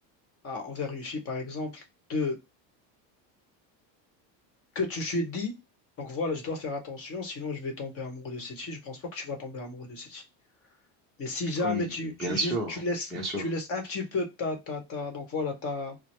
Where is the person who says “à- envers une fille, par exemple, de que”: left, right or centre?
Left